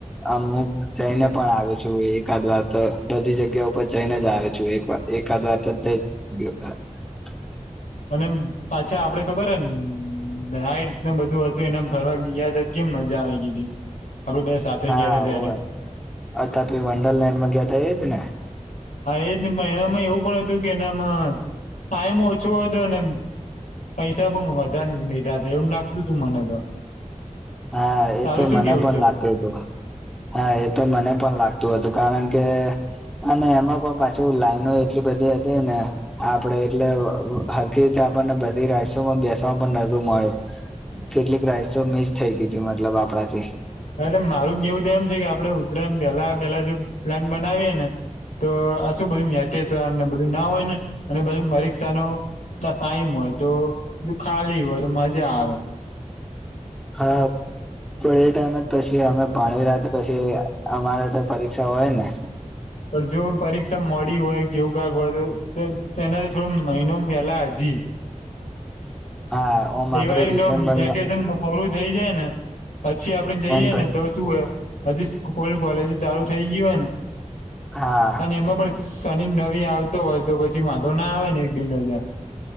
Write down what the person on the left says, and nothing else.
અને પાછા આપડે ખબર હન રાઈટસ બધું હતું ને એમ ફરવા ગીયા તો કેમ મજા <inaudible> સાથે
ગયા હતા ત્યારે
હા એ જ મહિનામાં એવું પણ હતું કે એનામાં ટાઈમ ઓછો હતો એને પૈસા બઉ વધારેને લીધા હતા એવું લાગતું તું મને તો
તારું
શું
કેવું
છે
એટલે મારું કેવું તો એમ છે કે આપડે ઉત્તરાય પેલા પેલા જો પ્લાન બનાવીએે ને તો આ શું બધું વેકેશન ને બધું ના હોય ને અને પછી પરીક્ષાનુ ના ટાઈમ હોય તો ખાલી હોય તો મજા આવે
પણ જો પરીક્ષા મોડી હોય કેવું કાક હોય તો તેનાથી થોડો મહિનો વહેલા હજી <inaudible>
દિવાળીનુ
વેકેશન પોરું થઇ જાય ને પછી આપડે જઈએ
ને
તો શું હો બધી સ્લ કોલેજ ચાલુ થઈ ગયુ હોય ને
અને એમાં પણ શનિ નવી આવતો હોય તો પછી માધો ના આવે ને એક બેન રજા